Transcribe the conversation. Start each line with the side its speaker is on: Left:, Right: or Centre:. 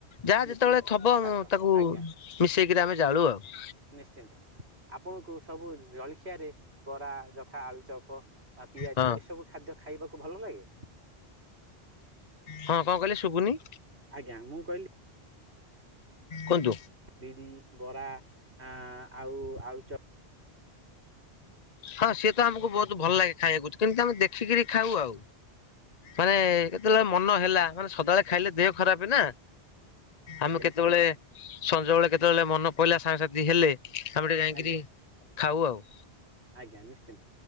Left: ଯାହା
Right: ନିଶ୍ଚିନ୍ତ
Left: ଯେତେବେଳେ ଥବ
Right: କାଠ
Left: ତାକୁ
Right: ଆଜ୍ଞା
Left: ମିଶେଇକିରି ଆମେ ଜାଳୁ ଆଉ।
Right: ନିଶ୍ଚିନ୍ତ ଆପଣଙ୍କୁ ସବୁ ଜଳଖିଆରେ ବରା ତଥା ଆଳୁଚଅପ ଆ ପିଆଜି
Left: ହଁ
Right: ଏସବୁ ଖାଦ୍ୟ ଖାଇବାକୁ ଭଲ ଲାଗେ।
Left: ହଁ କଣ କହିଲେ ଶୁଭୁନି।
Right: ଆଜ୍ଞା ମୁଁ କହିଲି
Left: କୁହନ୍ତୁ।
Right: ବିରି ବରା ଆ ଆଉ ଆଳୁଚପ୍।
Left: ହଁ ସିଏ ତ ଆମକୁ ବହୁତ ଭଲ ଲାଗେ ଖାଇବାକୁ କିନ୍ତୁ ଆମେ ଦେଖିକିରି ଖାଉ ଆଉ। ମାନେ କେତେବେଳେ ମନ ହେଲା ମାନେ ସଦାବେଳେ ଖାଇଲେ ଦେହ ଖରାପ ନା
Right: ଆଜ୍ଞା
Left: ଆମେ କେତେବେଳେ
Right: ନିଶ୍ଚିନ୍ତ
Left: ସଞ୍ଜ ବଳେ କେତେବେଳେ ମନ ପଇଲା ସାଙ୍ଗସାଥି ହେଲେ ଆମେ ଟିକେ ଯାଇକିରି
Right: ଆଜ୍ଞା
Left: ଖାଉ ଆଉ।
Right: ଆଜ୍ଞା ନିଶ୍ଚିନ୍ତି।